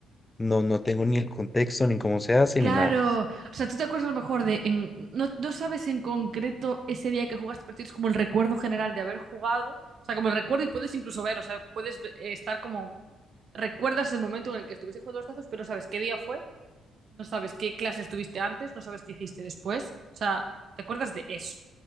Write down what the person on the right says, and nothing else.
Claro,
o sea, tú te acuerdas a lo mejor de, en- no, no sabes en concreto ese día que jugaste, pero tienes como el recuerdo general de haber jugado, o sea, como el recuerdo y puedes incluso ver, o sea, puedes ve- eh, estar como, recuerdas el momento en el que estuviste jugando los tazos, pero no sabes qué día fue, no sabes qué clase estuviste antes, no sabes qué hiciste después, o sea, te acuerdas de eso